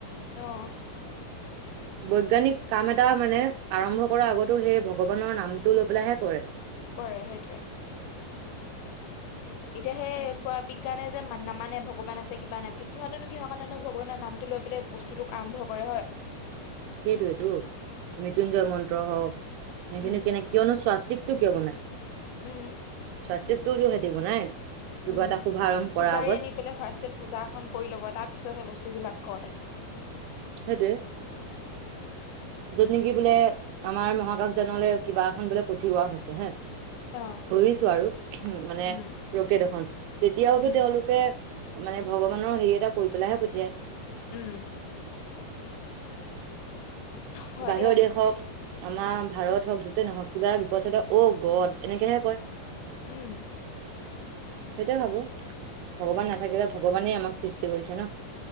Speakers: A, on the left; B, on the right.
A: অ।
B: <inaudible> বৈজ্ঞানিক কাম এটা মানে আৰম্ভ কৰাৰ আগতো সেই ভগৱানৰ নামটো লৈ পেলাইহে কৰে।
A: কৰে সেইটোৱে। এতিয়া সে কোৱা বিজ্ঞানে যে নামানে ভগৱান আছে কিবা নাই বুলি সিহঁতেনো কিহৰ কাৰণে নো ভগৱানৰ নামটো লৈ এফালে, বস্তুতোক আৰম্ভ কৰে, হয়।
B: সেইটোৱেতো, মৃত্যুঞ্জয় মন্ত্ৰ হওঁক, সেহেঁতিনো
A: উম
B: কেনে, কিয়নো স্বাস্তিকটো, কিয় বনাই?
A: উম!
B: স্বাস্তিকটো, সিহঁতি বনাই। কিবা
A: উম,
B: এটা শুভাৰম্ভ কৰাৰ
A: পূজাৰী
B: আগত
A: আনি পেলাই, ফাৰ্ষ্টে পূজা এখন কৰি ল'ব। তাৰপিছতহে, বস্তু বিলাক কয়।
B: সেইটোৱে। য'ত নেকি বোলে, আমাৰ মহাকাশজানলে, কিবা এখন বোলে, পঠিওৱা হৈছে, হে।
A: অ
B: ধৰিছোঁ আৰু। মানে,
A: উম
B: ৰকেট এখন। তেতিয়াওতো
A: উম
B: তেওঁলোকে মানে, ভগৱানৰ সেৰি এটা কৰি পেলাইহে, পঠিয়ায়।
A: উম! হয়
B: বাহিৰৰ
A: দিয়া
B: দেশ হওঁক, আমাৰ ভাৰত হওঁক, য'তে নহওঁক, কিবা বিপদ হ'লে, অ' গড! এনেকেহে কয়।
A: উম!
B: সেইটটোৱে ভাবোঁ! ভগৱান
A: উম
B: নাথাকিলে, ভগৱানেই আমাক সৃষ্টি কৰিছে ন'।